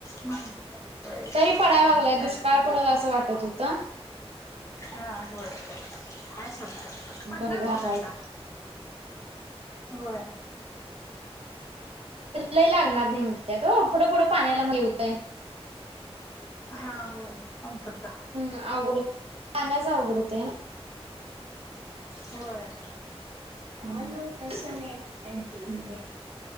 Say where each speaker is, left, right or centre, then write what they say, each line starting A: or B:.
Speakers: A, on the left (about 30°); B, on the right (about 65°).
A: माहिती होय शेतकऱ्यांचं
B: तरी पडायला लागलाय
A: काय
B: दुष्काळ
A: काय
B: पडला
A: होतंय काय
B: असं वाटत होतं...
A: हा होय हय सारखं पडणार
B: बघितला
A: की तसा..
B: हाय
A: होय
B: लय लागणार... पुढ पुढ पाण्याला मग हे होतय....
A: हा हो कमतरता...
B: हम्म अवघड होतंय पाण्याच अवघड होत आहे ना..
A: होय...
B: कस नाही